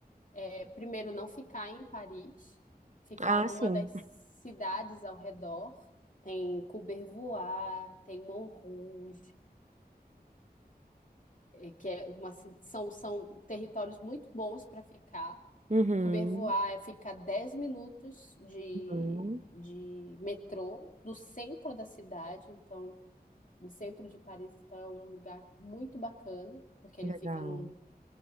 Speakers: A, on the left; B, on the right.
A: é, primeiro, não ficar em Paris, ficar
B: Ah,
A: numa
B: sim.
A: das cidades ao redor. Tem Courbevoie, tem Montrouge, é, que é uma, ci- são, são territórios muito bons para ficar.
B: Uhum,
A: Courbevoie é ficar 10 minutos de,
B: uhum,
A: de metrô do centro da cidade, então do centro de Paris, então é um lugar muito bacana, porque
B: legal.
A: ele fica num